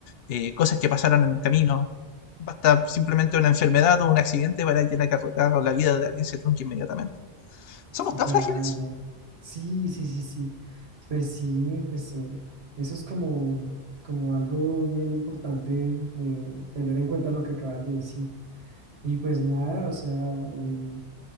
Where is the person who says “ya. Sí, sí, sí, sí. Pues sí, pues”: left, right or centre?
Right